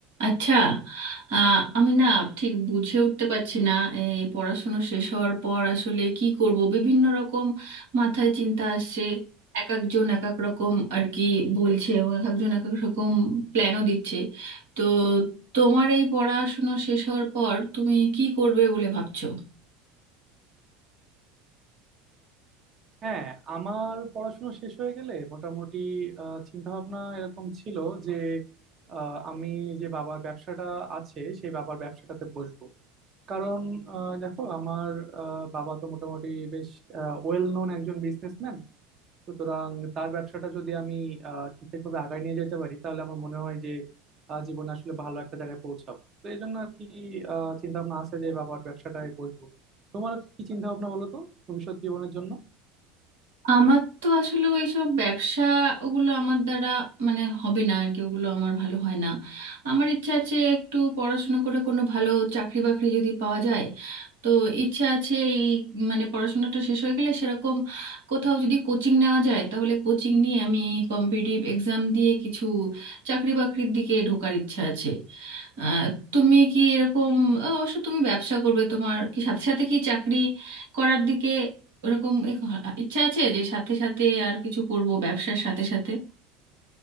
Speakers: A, on the right (about 70°); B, on the right (about 35°).
A: আচ্ছা আহ, আমি না ঠিক বুঝে উঠতে পারছি না এই পড়াশুনো শেষ হওয়ার পর আসলে কি করব বিভিন্ন রকম মাথায় চিন্তা আসছে এক একজন এক এক রকম আর কি বলছে এবং এক একজন এক এক রকম প্ল্যানও দিচ্ছে তো তোমার এই পড়াশুনো শেষ হওয়ার পর তুমি কি করবে বলে ভাবছো
B: হ্যাঁ আমার পড়াশোনা শেষ হয়ে গেলে মোটামুটি চিন্তা ভাবনা এরকম ছিল যে আহ, আমি যে বাবার ব্যবসাটা আছে সেই বাবার ব্যবসাটাতে বসবো কারণ আহ, দেখো আমার আহ, বাবা তো মোটামুটি বেশ ওয়েল নোন একজন বিজনেসম্যান সুতরাং তার ব্যবসাটা যদি আমি আহ, ঠিকঠাকভাবে আগায় নিয়ে যেতে পারি তাহলে আমার মনে হয় যে আহ, জীবনে আসলে ভালো একটা জায়গায় পৌঁছাবো তো এই জন্য আর কি চিন্তা ভাবনা আছে যে বাবার ব্যবসাটায় বসবো তোমার কি চিন্তা ভাবনা বলো তো ভবিষ্যৎ জীবনের জন্য
A: আমার তো আসলে ওইসব ব্যবসা ওগুলো আমার দ্বারা মানে হবে না আর কি ওগুলো আমার ভালো হয় না আমার ইচ্ছা আছে একটু পড়াশোনা করে কোনো ভালো চাকরি বাকরি যদি পাওয়া যায় তো ইচ্ছা আছে এই মানে পড়াশোনাটা শেষ হয়ে গেলে সেরকম কোথাও যদি কোচিং নেওয়া যায় তাহলে কোচিং নিয়ে আমি কম্পিটিটিভ এক্সাম দিয়ে কিছু চাকরি বাকরির দিকে ঢোকার ইচ্ছা আছে আহ, তুমি কি এরকম অবশ্য তুমি ব্যবসা করবে তোমার কি সাথে সাথে কি চাকরি করার দিকে ওরকম এক- ইচ্ছা আছে যে সাথে সাথে আর কিছু করব ব্যবসার সাথে সাথে